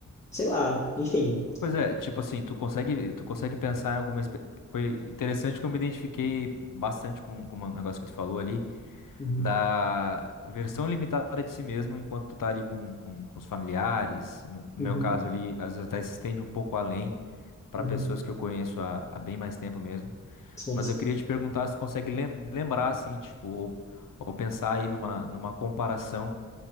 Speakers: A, on the left; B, on the left.
A: sei lá, enfim.
B: Pois é, tipo assim, tu consegue, tu consegue pensar em alguma. espe- Foi interessante que eu me identifiquei bastante com, com um negócio que tu falou ali,
A: Uhum,
B: da versão limitada de si mesmo enquanto tu tá ali com, com, com os familiares. No, no
A: uhum,
B: meu caso ali, às vezes até se estende um pouco além para
A: uhum.
B: pessoas que eu conheço há, há bem mais tempo mesmo.
A: Sim,
B: Mas
A: sim.
B: eu queria te perguntar se tu consegue lem- lembrar, assim, tipo, ou, ou pensar aí numa, numa comparação